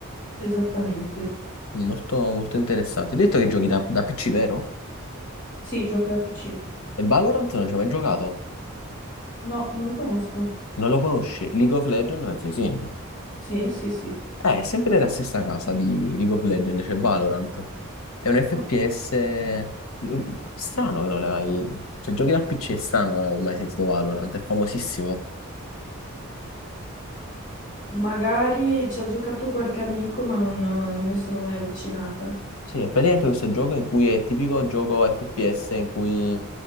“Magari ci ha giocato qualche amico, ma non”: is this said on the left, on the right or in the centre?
Left